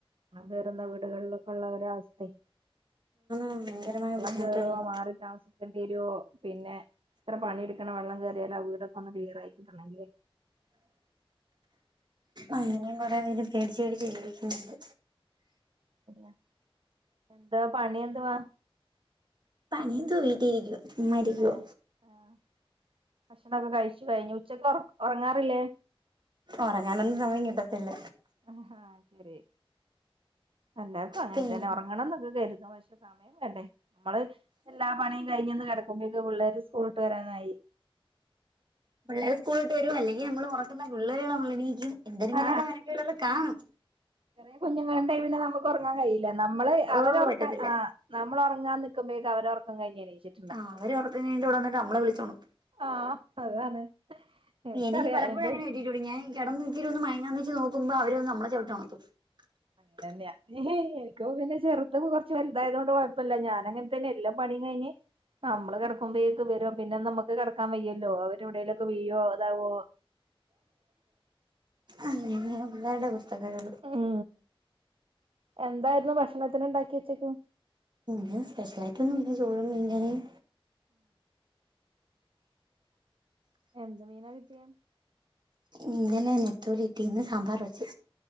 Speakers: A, on the right; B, on the right.
A: വെര്ന്ന വീടുകളിലൊക്ക ഉള്ള ഒര് അവസ്ഥേയ്
B: ആണ് ഭയങ്കരമായ
A: വെള്ളം
B: ബുദ്ധിമുട്ടുള്ള
A: കേറോ മാറി താമസി ക്കെണ്ടിയെരോ പിന്നെ എത്ര പണി ഇട്ക്കണം വെള്ളം കേറിയാല് ആ വീടൊക്കെ ഒന്ന് ക്ലിയർ ആയിക്കിട്ടണെങ്കില്
B: അങ്ങനെയും കൊറേ പേര് പേടിച്ച് പേടിച്ച് ജീവിക്കുന്നുണ്ട്
A: ശെരിയാ എന്താ പണി എന്തുവാ
B: പണിയെന്തുവാ വീട്ടി ഇരിക്കുവാ ചുമ്മാ ഇരിക്കുവാ
A: ഏഹ് ആഹ് ഭക്ഷണൊക്കെ കഴിച്ചു കഴിഞ്ഞു ഉച്ചക്ക്ഒറക് ഒറങ്ങാറില്ലേ
B: ഒറങ്ങാനൊന്നും സമയം കിട്ടത്തില്ല
A: ആഹ് ഹാ അയ്ശരി എല്ലാർക്കും അങ്ങൻത്തെന്നെ
B: പിന്നെ
A: ഒറങ്ങണംന്നൊക്കെ കെര്തും പക്ഷേ ക്ഷേ സമയം വേണ്ടേ നമ്മള് എല്ലാ പണിയും കഴിഞ്ഞൊന്ന് കെടക്കുമ്പഴേക്കും പിള്ളേര് സ്കൂൾട്ട് വെരാനായി
B: പിള്ളേര് സ്കൂൾ വിട്ട് വെരേ അല്ലെങ്കി നമ്മള് ഉറക്കുന്ന പിള്ളേരുകള് തമ്മില് എണീക്കും എന്തെരിങ്കിലൊക്കെ
A: ആ
B: മെനക്കേടുകള് കാണും
A: ചെറിയ കുഞ്ഞുങ്ങളുണ്ടെങ്കി പിന്നെ നമുക്കൊറങ്ങാൻ കഴയില്ല നമ്മള്
B: ഓഹ്
A: അവരൊറക്ക
B: പറ്റത്തില്ല
A: ആഹ് നമ്മളൊറങ്ങാൻ നിക്കുമ്പയേക്കും അവരൊറക്കം കഴിഞ് എണീച്ച്
B: ആ അവരൊറക്കം കഴിഞ്ഞിട്ട് ഇവടെ വന്ന്ട്ട് നമ്മളെ വിളിച്ചൊണർത്തും
A: ആഹ് അതാണ് എനിക്കറിയാം
B: എനിക്ക് പലപ്പോഴും
A: എന്റെ
B: അങ്ങനെ കിട്ടിയിട്ടുണ്ട് ഞാൻ കെടന്നിച്ചിരിയൊന്ന് മയങ്ങാന്നു വെച്ച് നോക്കുമ്പോ അവര് വന്ന് നമ്മളെ ചവിട്ടിയൊണർത്തും <inaudible>
A: അതന്ന്യ എനിക്ക്പ്പൊ പിന്നെ ചെറുത്പ്പൊ കൊറച്ച് വലുതായത്കൊണ്ട് കൊഴപ്പല്ല ഞാനങ്ങനത്തന്നെ എല്ലും പണീം കഴിഞ്ഞ് നമ്മള് കെടക്കുമ്പയേക്കും വരും പിന്നെ നമുക്ക് കെടക്കാൻ വയ്യല്ലോ? അവരെവ്ടേ ലൊക്കെ വീയോ, ഇതാവോ
B: അങ്ങനെ ഒരുപാട് അവസ്ഥകള്
A: ഉം എന്തായിരുന്നു ഭക്ഷണത്തിന്ണ്ടാക്കിയെ ഉച്ചക്ക്?
B: ഇന്ന് സ്പെഷ്യലായിയിട്ടൊന്നുംല്ല ചോറും, മീൻകറിയും
A: എന്ത് മീനാ കിട്ടിയെ?
B: ഇന്നലെ നെത്തോലി കിട്ടി ഇന്ന് സാമ്പാർ വെച്ച്